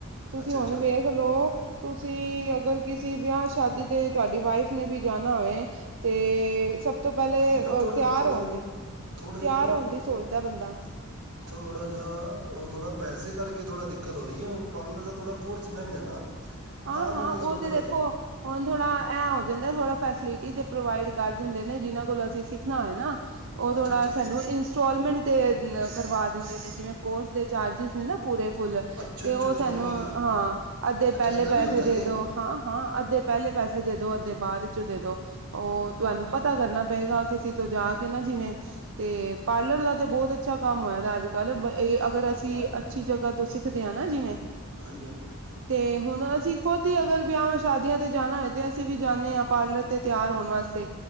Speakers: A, on the right; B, on the right.
A: ਤੂਸੀ ਹੋਨ
B: ਅੱਛਾ
A: ਵੇਖ ਖਲੋ, ਤੂਸੀ ਅਗਰ ਕਿਸੇ ਵਿਆ-ਸ਼ਾਦੀ ਤੇ ਤੂਆਡੀ ਵਾਈਫ ਨੇ ਵੀ ਜਾਨਾ ਹੋਏ ਤੇ ਸਬ ਤੋ ਪੈਲੇ
B: ਕਿਉਂਕਿ ਨਾ ਥੋੜੇ
A: ਤਿਆਰ
B: ਥੋੜੇ
A: ਹੋਨ
B: ਜਿਹਾ
A: ਦੀ,
B: ਥੋੜੇ
A: ਤਿਆਰ
B: ਜਿਹਾ ਨਾ
A: ਹੋਨ ਦੀ ਸੋਚਦੈ ਬੰਦਾ।
B: ਥੋੜਾ ਜਾ, ਓ ਥੋੜਾ ਪੈਸੇ ਕਾਰਕੇ ਥੋੜਾ ਦਿੱਕਤ ਹੋ ਰੀ ਏ, ਹੁਨ ਪਾਰਲਰ ਦਾ ਥੋੜਾ ਕੋਰਸ ਮ੍ਹੈਂਗਾ ਨਾ।
A: ਹਾਂ,
B: ਤਾਂ
A: ਹਾਂ
B: ਕਰਕੇ ਸੋਚਦਾ
A: ਓ ਤੇ ਦੇਖੋ
B: ਸੀ
A: ਹੁਨ ਥੋੜਾ ਐ ਹੋ ਜਾਂਦੈ, ਥੋੜਾ ਫੈਸਿਲਿਟੀ ਤੇ ਪ੍ਰੋਵਾਈਡ ਕਾਰ ਦਿੰਦੇ ਨੇ ਜਿਨਾਂ ਕੋਲ ਅਸੀ ਸਿੱਖਨਾ ਹੋਏ ਨਾ। ਓ ਥੋੜਾ
B: ਅੱਛਾ ਅੱਛਾ
A: ਸਾਨੂੰ ਇੰਸਟੋਲਮੈਂਟ ਤੇ ਅ ਕਰਵਾ ਦਿੰਦੇ ਨੇ, ਜਿਵੇਂ ਕੋਰਸ ਦੇ ਚਾਰਜਿਸ ਨੇ ਨਾ। ਪੂਰੇ ਫੁੱਲ
B: ਅੱਛਾ
A: ਤੇ
B: ਅੱਛਾ
A: ਓ
B: ਅੱਛਾ
A: ਸਾਨੂੰ
B: ਆਹ ਵੀ ਗੱਲ
A: ਹਾਂ, ਅੱਧੇ
B: ਅੱਛਾ
A: ਪੈਲੇ
B: ਏਦਾਂ
A: ਪੈਸੇ
B: ਵੀ ਹੁੰਦਾ
A: ਦੇ
B: ਕਿ
A: ਦੋ ਹਾਂ, ਹਾਂ ਅੱਧੇ ਪੈਲੇ ਪੈਸੇ ਦੇਦੋ, ਅੱਧੇ ਬਾਦ ਇਚੋ ਦੇਦੋ। ਓ
B: ਅੱਛਾ
A: ਤੂਆਨੂੰ
B: ਅੱਛਾ
A: ਪਤਾ ਕਰਨਾ ਪਏਗਾ ਕਿਸੀ ਤੋ ਜਾ ਕੇ ਨਾ ਜਿਵੇਂ ਤੇ, ਪਾਰਲਰ ਦਾ ਤੇ ਬੋਤ ਅੱਛਾ ਕਾੰਮ ਹੇਗਾ ਅੱਜ-ਕੱਲ ਏ ਅਗਰ ਅਸੀ
B: ਵਾਹ ਜੀ ਵਾਹ
A: ਅੱਛੀ ਜਗਾ ਤੋਂ ਸਿੱਖਦੇਂ ਆ ਨਾ, ਜਿਵੇਂ
B: ਹਾਂਜੀ, ਹਾਂਜੀ, ਹਾਂਜੀ।
A: ਤੇ ਹੁਨ ਅਸੀ ਖੁਦ ਈ ਅਗਰ ਵਿਆਵਾਂ-ਸ਼ਾਦੀਆਂ ਤੇ ਜਾਨਾ ਹੋਏ ਤੇ ਅਸੀ ਵੀ ਜਾਨੇ ਆਂ ਪਾਰਲਰ ਤੇ ਤੇਆਰ ਹੋਨ ਵਾਸਤੇ।